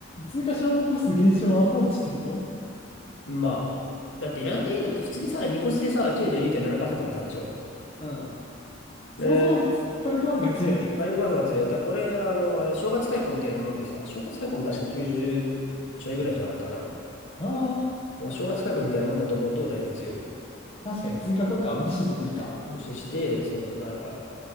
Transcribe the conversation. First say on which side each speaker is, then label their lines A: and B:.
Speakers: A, on the left (about 30°); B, on the left (about 70°).
A: 追加消耗コスト減少は放置ってこと
B: まあ、だっていらなくていいんだって、普通にさ、ニコスでさ、92.7%加算でしょ
A: うん。そもそも火力バフが強い。
B: で、火力バフが強い。だからこれ、あの、あれ、正月解雇みたいなもんでさ、正月解雇も確か90ちょいぐらいじゃなかったかな。
A: あ
B: まあ、正月価格みたいなもんだと思うとだいぶ強いよね。
A: あ、確かに追加効果は無視してもいいか。
B: 無視して、そう、まあなんか、